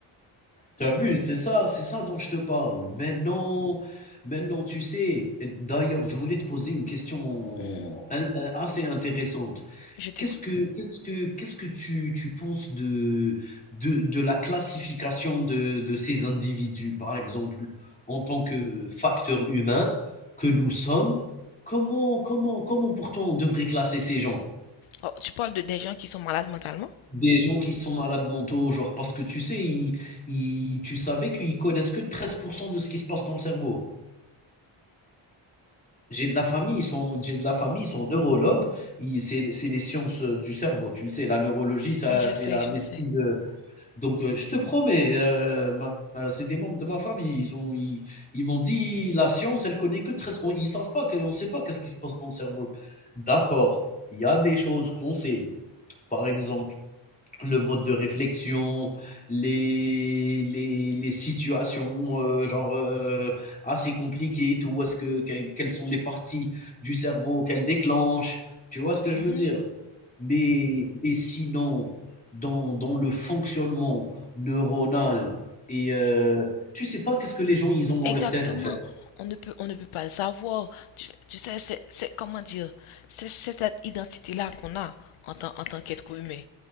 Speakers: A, on the left (about 15°); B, on the left (about 80°).
A: T'as vu? C'est ça, c'est ça dont je te parle. Maintenant, maintenant, tu sais, d'ailleurs, je voulais te poser une question
B: Mhm.
A: in- in- assez intéressante.
B: je t'écoute.
A: Qu'est-ce que, qu'est-ce que, qu'est-ce que tu, tu penses de, de, de la classification de, de ces individus, par exemple, en tant que facteur humain que nous sommes? Comment, comment, comment pourtant on devrait classer ces gens?
B: Oh, tu parles de des gens qui sont malades mentalement?
A: Des gens qui sont malades mentaux, genre, parce que tu sais, ils, ils- tu savais qu'ils connaissent que 13% de ce qui se passe dans le cerveau. J'ai de la famille, ils sont, j'ai de la famille, ils sont neurologues, ils- c'est, c'est les sciences euh, du cerveau, tu le sais, la neurologie, ça,
B: Je
A: c'est
B: sais,
A: la
B: je
A: médecine
B: sais.
A: de- Donc, euh, je te promets, euh, ma- euh, c'est des membres de ma famille, ils ont, ils, ils m'ont dit, la science, elle connaît que treize on- ils savent pas, que- on sait pas qu'est-ce qui se passe dans le cerveau. D'accord, il y a des choses qu'on sait. Par exemple, le mode de réflexion, les, les, les situations euh, genre euh, assez compliquées tout, est-ce que, que- quelles sont les parties du cerveau qu'elles déclenchent, tu vois ce que je
B: Mhm.
A: veux dire? Mais, mais sinon, dans, dans le fonctionnement neuronal et euh, tu sais pas qu'est-ce que les gens ils ont dans
B: Exactement.
A: leur tête en fait,
B: On ne peut, on ne peut pas le savoir. Tu, tu sais, c'est, c'est, comment dire, c'est, c'est cette identité-là qu'on a en tant, en tant qu'être humain.